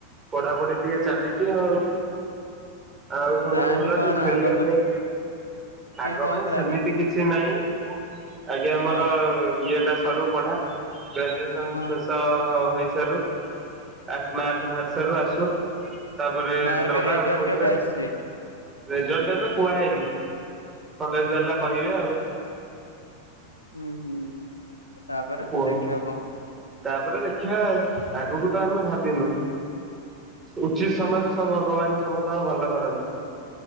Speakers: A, on the right; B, on the left.
A: ପଢାପଢି ଟିକେ ଚାଲିଛି ଆଉ। ଆଉ ସବୁ
B: ପ୍ଲାନ୍
A: ଭଲ
B: କଣ
A: ଟିକେ ଖେଳିବା
B: ଆଗ
A: ପାଇଁ ଆଗ
B: କଣ
A: ପାଇଁ
B: ପ୍ଲାନ୍
A: ସେମିତି
B: ଅଛି
A: କିଛି ନାହିଁ। ଆଜ୍ଞା ଆମର
B: ହଁ
A: ଇଏଟା ସରୁ ପଢା ଗ୍ରାଜୁଏସନ
B: ହଁ
A: ଶେଷ ହଁ ହୋଇସାରୁ କ୍ଲାସ୍ ମାର୍କ ବାହାର୍ ସାରୁ ଆସୁ। ତାପରେ
B: ମାର୍କ
A: ଦବା
B: ରେଜଲ୍ଟ
A: ଆଉ କୋଉଥିରେ।
B: କେବେ ଆସିଛି?
A: ରେଜଲ୍ଟ ଏବେ କୁହା ହେଇନି କଲେଜ ବାଲା କହିବେ ଆଉ।
B: ହୁଁ-ହୁଁ-ହୁଁ, ତାପରେ
A: କୁହ
B: ଦେଖିବ କଣ।
A: ତାପରେ ଦେଖିବା ଆଉ, ଆଗକୁ ତ ଆମେ ଭାବିନୁ। ଉଚିତ୍ ସମୟରେ ସବୁ ଭଗବାନ ସମସ୍ତଙ୍କର ଭଲ କରନ୍ତି,